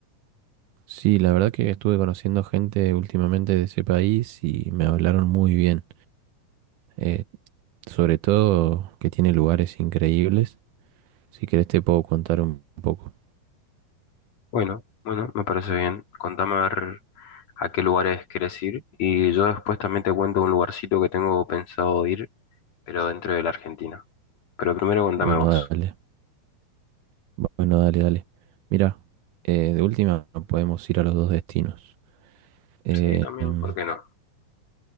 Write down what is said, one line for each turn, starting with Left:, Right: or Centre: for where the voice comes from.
Right: Sí, la verdad que estuve conociendo gente últimamente de ese país y me hablaron muy bien. Eh, sobre todo que tiene lugares increíbles. Si querés te puedo contar un poco.
Left: Bueno, bueno, me parece bien. Contame a ver a qué lugares querés ir y yo después también te cuento un lugarcito que tengo pensado ir, pero dentro de la Argentina. Pero primero contame
Right: Bueno,
Left: vos.
Right: dale. Bueno, dale, dale. Mira, eh, de última podemos ir a los dos destinos. Eh,
Left: Sí, también,
Right: em,
Left: ¿por qué no?